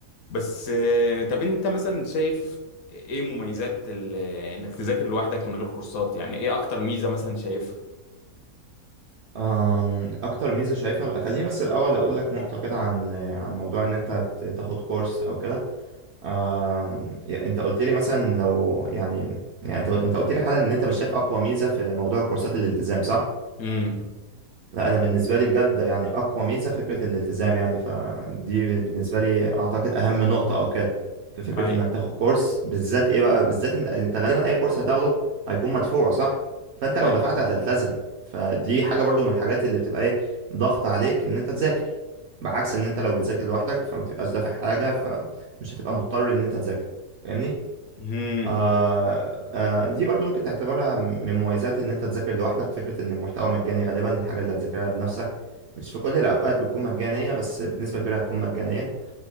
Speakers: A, on the left; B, on the right.
A: بس آه، طب انت مثلا شايف ايه مميزات ال- انك تذاكر لوحدك من غير كورسات يعني ايه اكتر ميزة مثلا شايفها
B: أم، اكتر ميزه شايفها بقى خليني بس الاول اقول لك نقطه كده عن عن موضوع ان انت ت- تاخد كورس او كده أم، يا- انت قلت لي مثلا لو يعني يعني انت انت قلت لي حالا ان انت مش شايف اقوى ميزه في موضوع كورسات الالتزام صح
A: امم
B: لا انا بالنسبه لي بجد يعني اقوى ميزه فكره الالتزام يعني فدي بالنسبه لي اعتقد اهم نقطه او كده في فكره
A: ايوه
B: انك تاخد كورس بالذات ايه بقى بالذات انت انت غالبا اي كورس هتاخده هيكون مدفوع صح فانت لو
A: ايوه
B: دفعت هتلتزم فدي حاجه برضو من الحاجات اللي بتبقى ايه ضغط عليك ان انت تذاكر بعكس ان انت لو بتذاكر لوحدك فما تبقاش دافع حاجه فمش هتبقى مضطر ان انت تذاكر فاهمني
A: امم
B: آه آه دي برضو ممكن تعتبرها من مميزات ان انت تذاكر لوحدك فكرة ان المحتوى مجاني غالبا الحاجة اللي هتذاكرها بنفسك مش في كل الاوقات بتكون مجانية بس بنسبة كبيرة هتكون مجانية